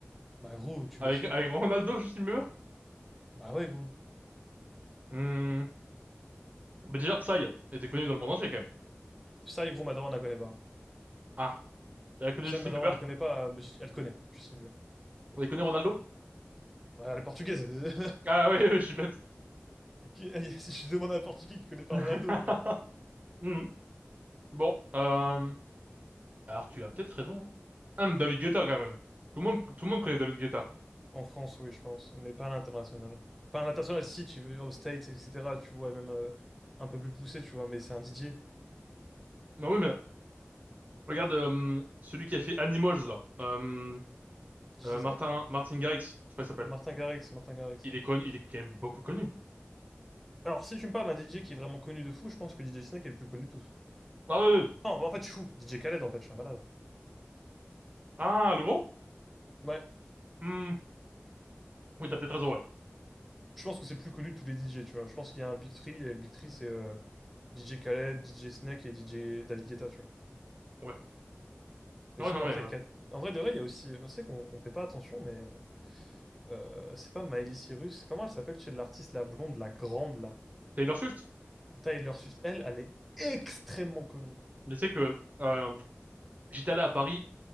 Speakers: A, in the centre; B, on the right.
A: Bah gros, tu
B: Avec,
A: mets qui à
B: avec
A: part?
B: Ronaldo, Justin Bieber?
A: Bah ouais gros.
B: Hmm. Mais déjà, Psy était connu dans le monde entier, quand même.
A: Psy gros, ma on la connaît pas.
B: Ah, elle connaît
A: Psy,
B: Justin
A: ma on
B: Bieber?
A: la connaît pas, euh, j- elle connaît, Justin Bieber.
B: Elle connaît Ronaldo?
A: Ouais, elle est portugaise. <laughs>
B: Ah oui, oui, je suis bête.
A: Qui- Je demande à un portugais qui connaît pas
B: <laughs>
A: Ronaldo. gros.
B: Hmm. Bon, euh, alors tu as peut-être raison. Hein. Hum, David Guetta quand même. Tout le monde, tout le monde connaît David Guetta.
A: En France, oui, je pense, mais pas à l'international. Pas à l'international, si, tu veux, aux States, etc., tu vois, et même euh, un peu plus poussé, tu vois, mais c'est un Didier.
B: Non oui, mais regarde euh, celui qui a fait Animals là, Euh,
A: Didier
B: euh, Martin
A: Snack?
B: Martin Garrix, je crois qu'il s'appelle.
A: Martin Garrix, Martin Garrix.
B: Il
A: ouais.
B: est connu, il est quand même beaucoup connu.
A: Alors, si tu me parles d'un DJ qui est vraiment connu de fou, je pense que DJ Snack est le plus connu de tous.
B: Ah oui, oui.
A: Non, mais en fait, je suis fou. DJ Khaled, en fait, je suis un malade.
B: ah le gros?
A: Ouais,
B: Hmm. Oui, t'as peut-être raison, ouais.
A: je pense que c'est le plus connu de tous les DJ, tu vois. Je pense qu'il y a un Big Three, et le Big Three, c'est euh, DJ Khaled, DJ Snake et DJ David Guetta, tu vois.
B: Ouais.
A: Mais
B: Ah
A: sinon,
B: Ouais, non
A: après,
B: mais euh,
A: quatre- en vrai de vrai, il y a aussi. On sait qu'on on fait pas attention, mais euh, euh, c'est pas Miley Cyrus. Comment elle s'appelle chez l'artiste, la blonde, la grande, là?
B: Taylor Swift.
A: Tyler Swift, elle, elle est extrêmement connue.
B: Mais c'est que euh, j'étais allé à Paris,